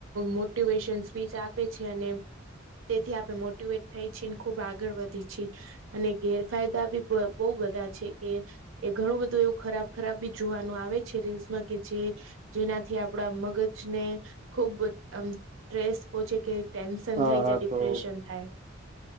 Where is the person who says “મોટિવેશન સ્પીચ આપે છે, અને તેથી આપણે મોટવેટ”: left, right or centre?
Right